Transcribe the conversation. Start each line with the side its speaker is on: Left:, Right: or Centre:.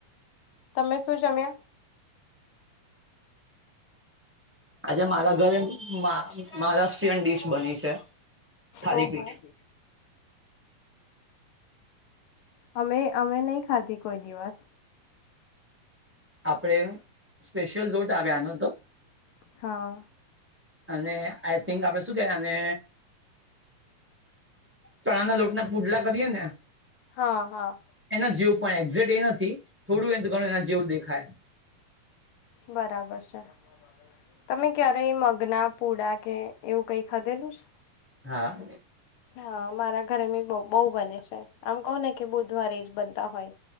Left: તમે શું જમ્યા
Right: આજે મારા ઘરે મહારાષ્ટ્રીયન ડીશ બની છે થાલીપીઠ
Left: ઓ ભઈ અમે અમે નહી ખાધી કોઈ દિવસ
Right: આપડે સ્પેશિયલ દોટ આવ્યા નતો
Left: હા
Right: અને આઈ થિંક આપડે શું કે અને ચણાના લોટના પૂડલા કરીએ ને
Left: હા હા
Right: એના જેવો પણ એક્ઝે્ટ એ નથી થોડું એ ઘણું એના જેવું દેખાય
Left: બરાબર છે તમે ક્યારેય મગના પૂડા કે એવું કઈ ખાધેલું છે
Right: હા
Left: હા મારા ઘરે બી બહુ બને છે આમ કહ ને કે બુધવારે એ જ બનતા હોય